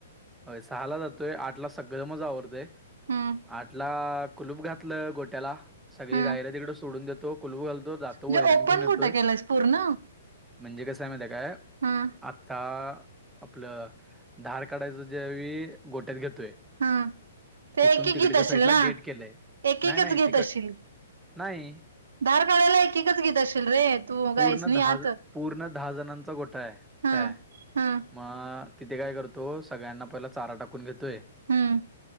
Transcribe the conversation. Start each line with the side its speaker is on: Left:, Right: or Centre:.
Centre: हो सहा ला जातोय आठला सगळं मज आवरडते
Right: हम्म
Centre: आठला कुलूप घातलं गोट्याला सगळी
Right: हम्म
Centre: गायर तिकड सोडून देतो. कुलप घालतो जातो
Right: म्हणजे
Centre: वैरण
Right: ओपन
Centre: घेऊन येतोय.
Right: कुठं केलंयस पूर्ण?
Centre: म्हणजे कस आहे मा काय
Right: हम्म
Centre: आता. आपलं धार काढायचं ज्यावे गोठ्यात घेतोय.
Right: हम्म ते
Centre: तिथून
Right: एक एक
Centre: तिकडच्या
Right: घीत असशील
Centre: साईडला
Right: ना
Centre: गेट केलंय
Right: एक
Centre: नाही
Right: एकच
Centre: नाही
Right: घीत
Centre: तिकड
Right: असशील
Centre: नाही
Right: धार काढायला एककच घीेत असशेील रे तू
Centre: पूर्ण
Right: गायस नाही
Centre: दहा
Right: आत.
Centre: पूर्ण दहा जणांचा गोठा आहे.
Right: हम्म
Centre: काय
Right: हम्म
Centre: मग तिथे काय करतो सगळ्यांना पहिला चारा टाकून घेतोय.
Right: हम्म